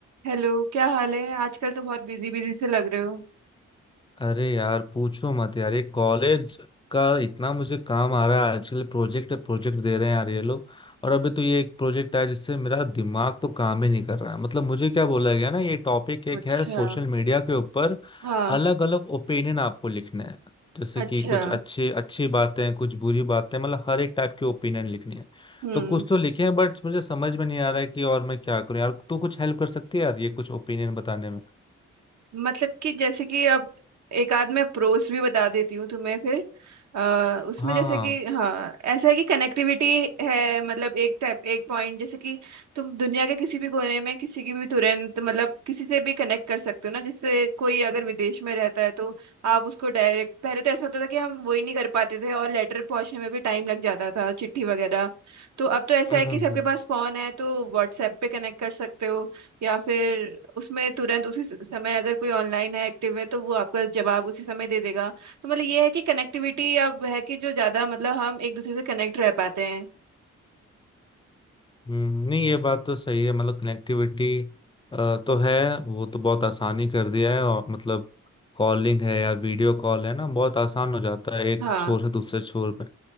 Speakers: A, on the right; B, on the left.
A: Hello क्या हाल है आजकल तो बहुत बिजी बिजी से लग रहे हो
B: अरे यार पूछो मत यार ये कॉलेज का इतना मुझे काम आ रहा है आजकल प्रोजेक्ट प्रोजेक्ट दे रहे हैं यार ये लोग और अभी तो ये एक प्रोजेक्ट आया जिससे मेरा दिमाग तो काम ही नहीं कर रहा है मतलब मुझे क्या बोला गया ना ये टॉपिक एक
A: अच्छा
B: है सोशल मीडिया के ऊपर
A: हाँ
B: अलग अलग ओपिनियन आपको लिखने हैं जैसे
A: अच्छा
B: कि कुछ अच्छे अच्छी बातें कुछ बुरी बातें मतलब हर एक टाइप के ओपिनियन लिखनी है
A: हम्म
B: तो कुछ तो लिखे हैं बट मुझे समझ में नहीं आ रहा है कि और मैं क्या करूं यार तू कुछ हेल्प कर सकती है यार ये कुछ ओपिनियन बताने में
A: मतलब कि जैसे कि अब एक आध मैं प्रोस भी बता देती हूँ तुम्हें फिर आ, उसमें
B: हाँ
A: जैसे
B: हाँ
A: कि हाँ ऐसा है कि कनेक्टिविटी है मतलब एक टाइप एक पॉइंट जैसे कि तुम दुनिया के किसी भी कोने में किसी की भी तुरंत मतलब किसी से भी कनेक्ट कर सकते हो ना जिससे कोई अगर विदेश में रहता है तो आप उसको डायरेक्ट पहले तो ऐसा होता था कि हम वही नहीं कर पाते थे और लेटर पहुंचने में भी टाइम लग जाता था चिट्ठी वगैरह तो अब तो ऐसा
B: हम्म
A: है
B: हम्म
A: कि सबके
B: हम्म
A: पास फोन है तो व्हाट्सएप पे कनेक्ट कर सकते हो या फिर उसमें तुरंत उसी स- समय अगर कोई ऑनलाइन है एक्टिव है तो वो आपका जवाब उसी समय दे देगा तो मतलब ये है कि कनेक्टिविटी अब है कि जो ज्यादा मतलब हम एक दूसरे से कनेक्ट रह पाते हैं
B: हम्म, नहीं ये बात तो सही है मतलब कनेक्टिविटी तो है वो तो बहुत आसानी कर दिया है और मतलब कॉलिंग है या वीडियो कॉल है ना बहुत आसान हो जाता है एक
A: हाँ
B: छोर से दूसरे छोर पे